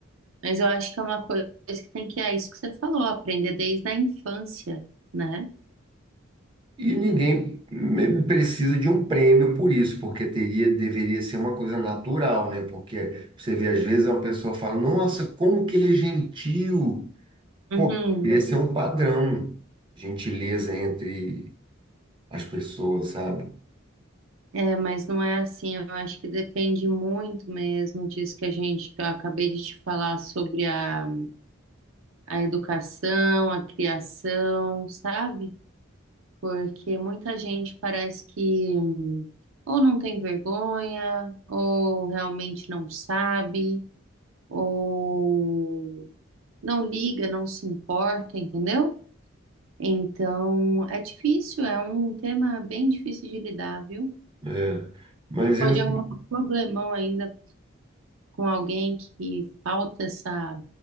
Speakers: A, on the right (about 80°); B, on the right (about 25°).
A: mas eu acho que é uma coisa que tem que, é isso que você falou, aprender desde a infância, né?
B: E ninguém me- precisa de um prêmio por isso, porque teria, deveria ser uma coisa natural, né? Porque você vê, às vezes, uma pessoa fala, nossa, como que ele é gentil.
A: Uhum.
B: Pô, deveria ser um padrão, gentileza entre as pessoas, sabe?
A: É, mas não é assim, eu acho que depende muito mesmo disso que a gente, que eu acabei de te falar sobre a, a educação, a criação, sabe? Porque muita gente parece que ou não tem vergonha, ou realmente não sabe, ou não liga, não se importa, entendeu? Então, é difícil, é um tema bem difícil de lidar, viu?
B: É, mas
A: Pode
B: eu, assim,
A: arrumar um problemão ainda com alguém que falta essa